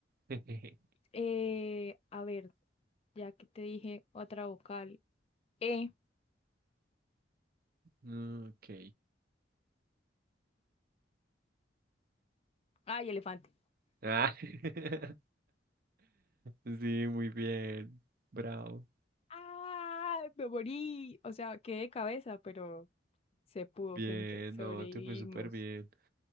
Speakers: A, on the right; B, on the left.
A: <laughs>
B: Eh, a ver, ya que te dije otra vocal. E.
A: Mm, Ok.
B: Ay, elefante.
A: Ah. <laughs> Sí, muy bien. Bravo.
B: Ah, me morí. O sea, quedé de cabeza, pero se pudo,
A: Bien,
B: gente. Sobrevivimos.
A: no, te fue súper bien.